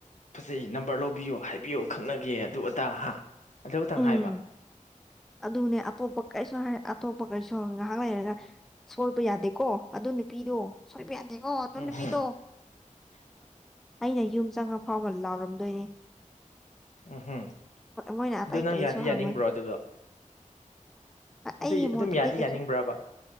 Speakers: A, on the left (about 60°); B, in the centre.
A: ꯐꯖꯩ ꯅꯝꯕꫪ ꯂꯧꯕꯤꯌꯣ ꯍꯥꯏꯕꯤꯌꯣ ꯈꯪꯅꯒꯦ ꯑꯗꯨ ꯑꯗꯥ ꯍꯥ ꯑꯗꯨꯇꯪ
B: ꯎꯝ
A: ꯍꯥꯏꯕ
B: ꯑꯗꯨꯅꯦ ꯑꯇꯣꯞꯄ ꯀꯩꯁꯨ ꯑꯇꯣꯞꯄ ꯀꯩꯁꯨ ꯉꯥꯏꯍꯥꯛ ꯂꯩꯔꯒ ꯁꯣꯏꯕ ꯌꯥꯗꯦꯀꯣ ꯑꯗꯨ ꯅꯨꯄꯤꯗꯣ ꯁꯣꯏꯕ ꯌꯥꯗꯦ ꯑꯣ ꯑꯗꯣ
A: ꯎꯝ
B: ꯅꯨꯄꯤꯗꯣ
A: ꯍꯝ
B: ꯑꯩꯅ ꯌꯨꯝ ꯆꯪꯉ ꯐꯥꯎꯕ ꯂꯥꯎꯔꯝꯗꯣꯏꯅꯤ
A: ꯎꯝꯍꯨꯝ
B: ꯃꯣꯏꯅ ꯑꯇꯩ
A: ꯑꯗꯨ ꯅꯪ
B: ꯀꯔꯤꯁꯨ
A: ꯌꯥꯗꯤ
B: ꯍꯪꯉꯣꯏ
A: ꯌꯥꯅꯤꯡꯕ꯭ꯔꯣ ꯑꯗꯨꯗ ꯑꯗꯨ
B: ꯑꯩꯒꯤ
A: ꯑꯗꯨꯝ
B: ꯃꯣꯠꯇꯗꯤ
A: ꯌꯥꯗꯤ
B: ꯀꯩꯁꯨ
A: ꯌꯥꯅꯤꯡꯕ꯭ꯔꯕ